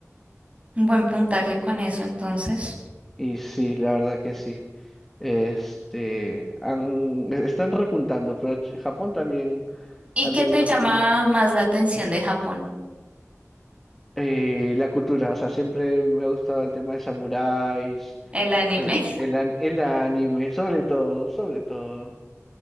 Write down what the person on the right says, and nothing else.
un buen puntaje con eso entonces.
¿Y
qué
te llama
más la atención de Japón?
El anime.